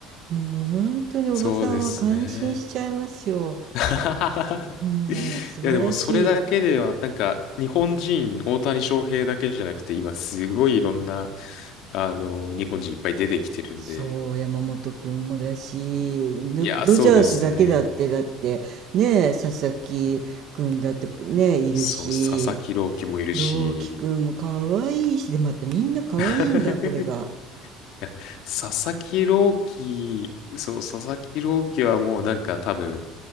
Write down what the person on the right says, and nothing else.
もう本当におばさんは感心しちゃいますよ。
うん素晴らしい。
そう、山本君もだし、ド、
ドジャースだけだって、
だって、ねえ、佐々木君だってね、いるし、
朗希君も可愛いし、で、またみんな可愛いんだ、
これが。